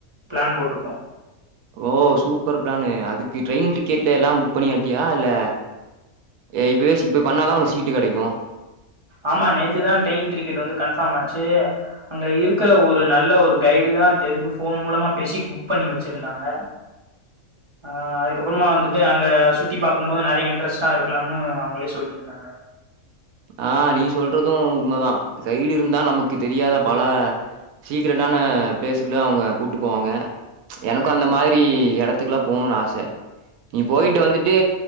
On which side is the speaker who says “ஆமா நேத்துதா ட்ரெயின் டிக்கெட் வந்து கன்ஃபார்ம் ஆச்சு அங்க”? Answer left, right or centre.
Right